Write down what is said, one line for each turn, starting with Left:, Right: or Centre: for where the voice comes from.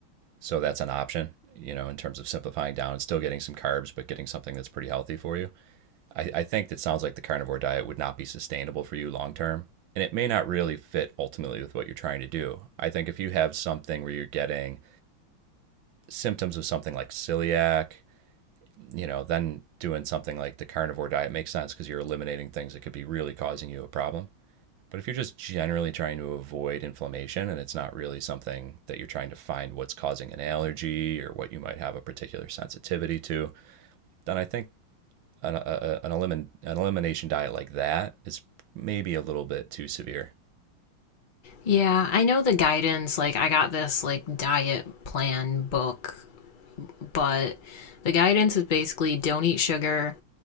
Right: So that's an option, you know, in terms of simplifying down and still getting some carbs, but getting something that's pretty healthy for you. I, I think that sounds like the carnivore diet would not be sustainable for you long term. And it may not really fit ultimately with what you're trying to do. I think if you have something where you're getting symptoms of something like celiac, you know, then doing something like the carnivore diet makes sense because you're eliminating things that could be really causing you a problem. But if you're just generally trying to avoid inflammation and it's not really something that you're trying to find what's causing an allergy or what you might have a particular sensitivity to, then I think an, a, an, elimin, an elimination diet like that is maybe a little bit too severe.
Left: Yeah, I know the guidance, like, I got this, like, diet plan book, but the guidance is basically don't eat sugar,